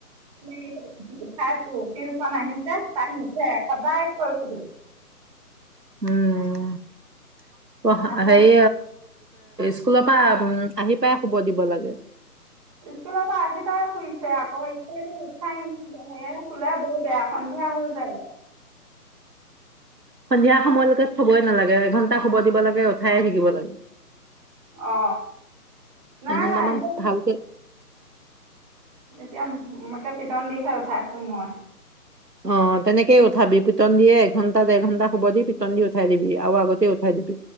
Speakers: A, on the right; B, on the right.
A: এ হাত টিউচন আহিছে তাই নুঠে কবাই কৈ থধ
B: উম অ
A: আহে
B: হেই স্কুলৰ পৰা উম আহি পাই শুব দিব লাগে
A: স্কুলৰ পৰা আহি পাই শুইছে আকৌ এতিয়া লৈকে উঠাই নাই এতিয়া বৰ বেয়া সন্ধিয়া হৈ যায়
B: সন্ধিয়া সময়লৈকে থবই নালাগে এঘন্টা শুব দিব লাগে উঠাই থাকিব লাগে
A: অ নাই
B: এঘন্টামান
A: একদম
B: ভালকে
A: এতিয়াাকে পিটন দিহে উঠাইছো মই
B: অ তেনেকেই উঠাবি পিটন দিয়ে এঘণ্টা দেৰ ঘণ্টা হুব দি পিটন দি উঠাই দিবি আৰু আগতে উঠাই দিবি